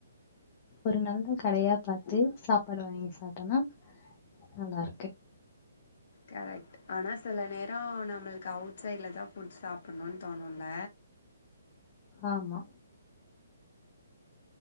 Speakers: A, on the left; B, on the left.
A: ஒரு நல்ல கடையா பாத்து சாப்பாடு வாங்கி சாப்ட்டனா நல்லாருக்கு
B: கரெக்ட் ஆனா சில நேரம் நம்மளுக்கு அவுட் சைடுலதா ஃபுட் சாப்டணுன் தோணுல
A: ஆமா